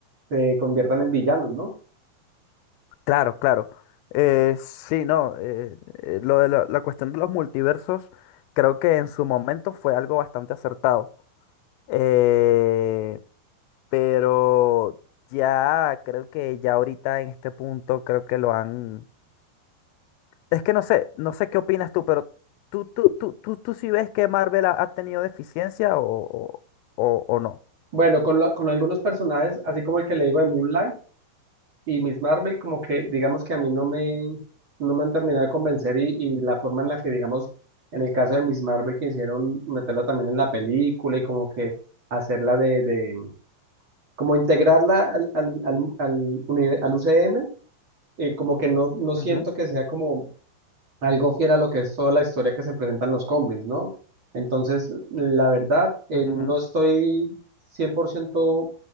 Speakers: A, on the right (about 30°); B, on the left (about 90°).
A: se conviertan en villanos, ¿no?
B: claro, claro. Eh, sí, no. eh, eh, lo de la la cuestión de los multiversos, creo que en su momento fue algo bastante acertado Eh, pero ya creo que ya ahorita en este punto creo que lo han... Es que no sé, no sé qué opinas tú, pero tú, tú, tú, tú, tú sí ves que Marvel ha, ha tenido deficiencia o, o, o- o no.
A: Bueno, con, la- con algunos personajes, así como el que le digo de Moonlight y Miss Marvel, como que digamos que a mí no me, no me han terminado de convencer y, y la forma en la que, digamos, en el caso de Miss Marvel, que hicieron meterla también en la película y como que hacerla de, de como integrarla al, al, al, al uni- al UCM, eh, como que no, no siento
B: Ujú,
A: que sea como algo fiel a lo que es toda la historia que se presenta en los cómics, ¿no? Entonces, la verdad, eh,
B: ujú,
A: no estoy 100%